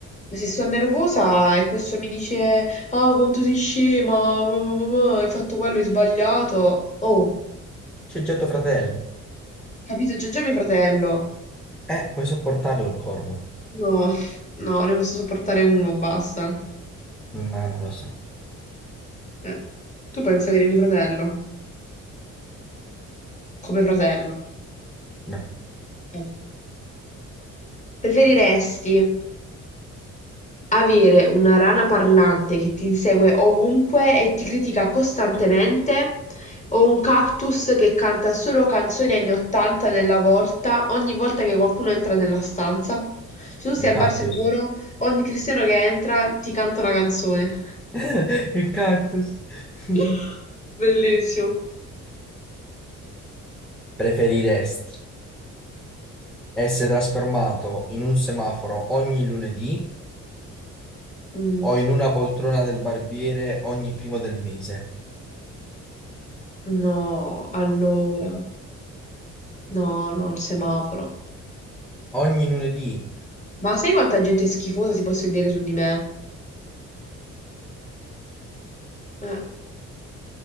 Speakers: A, on the left; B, in the centre.
A: Se sto nervosa e questo mi dice, ah, quanto sei scema, ma- ma- ma- ma, hai fatto quello, hai sbagliato. Oh.
B: C'è già tuo fratello.
A: Capito? C'è già mio fratello.
B: Eh, puoi sopportarlo il corvo.
A: No, no, ne posso sopportare uno, basta.
B: Ma non lo so.
A: Eh. Tu pensi avere mio fratello? Come fratello?
B: No,
A: Eh. Preferiresti avere una rana parlante che ti insegue ovunque e ti critica costantemente, o un cactus che canta solo canzoni anni 80 nella volta, ogni volta che qualcuno entra nella stanza? Se tu sei
B: un
A: al
B: cactus.
A: bar sicuro, ogni cristiano che entra ti canta una canzone.
B: <laughs> Il cactus. <laughs>
A: <laughs> Bellissimo.
B: Preferiresti essere trasformato in un semaforo ogni lunedì
A: Mm,
B: o in una poltrona del barbiere ogni primo del mese?
A: no, allora. No, no, il semaforo.
B: Ogni lunedì.
A: Ma sai quanta gente schifosa si può sedere su di me? Eh,